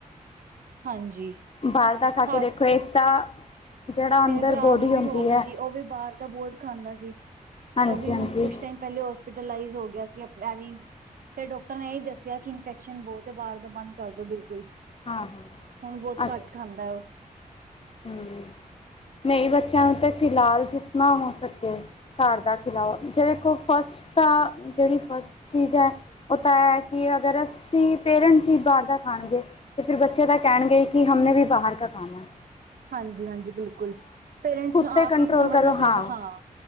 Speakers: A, on the right; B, on the left.
A: ਹਾਂਜੀ
B: ਬਾਹਰ ਦਾ ਖਾ ਕੇ
A: ਹਾਂ
B: ਦੇਖੋ ਇੱਕ ਤਾਂ ਜਿਹੜਾ ਅੰਦਰ
A: ਮੇਰੇ ਭਰਾ
B: ਬੋਡੀ
A: ਨੂੰ ਵੀ
B: ਹੁੰਦੀ
A: ਹੋ ਗਈ
B: ਹੈ
A: ਸੀ, ਉਹ ਵੀ ਬਾਰ ਇੱਕ ਤਾਂ ਬਹੁਤ ਖਾਂਦਾ ਸੀ,
B: ਹਾਂਜੀ
A: ਉਹ ਵੀ
B: ਹਾਂਜੀ
A: ਹੁਣ ਕੁਛ ਟੈਮ ਪਹਿਲੇ ਹੋਸਪੀਟਲਾਈਜ਼ ਹੋ ਗਿਆ ਸੀ ਅਪ ਮੈਂ ਵੀ, ਫਿਰ ਡੋਕਟਰ ਨੇ ਇਹੀ ਦੱਸਿਆ ਕਿ ਇਨਫੈਕਸ਼ਨ ਬਹੁਤ ਐ, ਬਾਹਰ ਦਾ ਬੰਦ ਕਰਦੋ ਬਿਲਕੁਲ
B: ਹਾਂ ਹਾਂ
A: ਹੁਣ ਬਹੁਤ
B: ਅਸ
A: ਘੱਟ ਖਾਂਦਾ, ਓ
B: ਹਮ ਮੇਰੇ ਬੱਚਿਆਂ ਨੂੰ ਤਾਂ ਫਿਲਹਾਲ ਜਿੱਤਣਾ ਹੋ ਸਕੇ, ਘਰ ਦਾ ਖਿਲਾਓ, ਜੇੜਾ ਦੇਖੋ ਫਸਟ ਆ, ਜਿਹੜੀ ਫਸਟ ਚੀਜ਼ ਐ, ਉਹ ਤਾਂ ਹੈ ਕਿ ਅਗਰ ਅਸੀਂ ਪੇਰੈਂਟਸ ਈ ਬਾਹਰ ਦਾ ਖਾਣਗੇ। ਤੇ ਫਿਰ ਬੱਚੇ ਤਾਂ ਕਹਿਣਗੇ ਕਿ <inaudible> ਵੀ ਬਾਹਰ ਕਾ ਖਾਣਾ ਏ।
A: ਹਾਂਜੀ-ਹਾਂਜੀ ਬਿਲਕੁਲ, ਪੇਰੈਂਟਸ
B: ਖੁਦ
A: ਨੂੰ
B: 'ਤੇ
A: ਆਪ
B: ਕੰਟਰੋਲ
A: ਈ ਸਮਝਣਾ
B: ਕਰੋ
A: ਪਏਗਾ,
B: ਹਾਂ
A: ਹਾ।